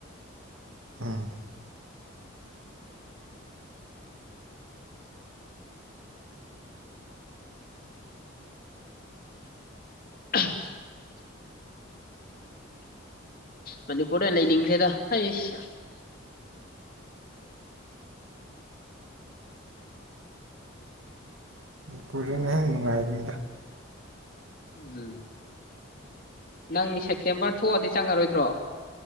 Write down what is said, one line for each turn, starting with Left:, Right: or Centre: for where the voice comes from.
Right: ꯎꯝ
Left: <unintelligible> ꯃꯅꯤꯄꯨꯔ ꯑꯣꯏꯅ ꯂꯩꯅꯤꯡꯁꯤꯦꯗꯁ
Right: ꯈꯨꯔꯅꯦ ꯅꯨꯅꯨꯡꯉꯥꯏꯕꯤ
Left: ꯎꯝ ꯅꯪ ꯁꯦꯞꯇꯦꯝꯕꯔ ꯊꯣꯛꯑꯗꯤ ꯆꯪꯉꯔꯣꯏꯗ꯭ꯔꯣ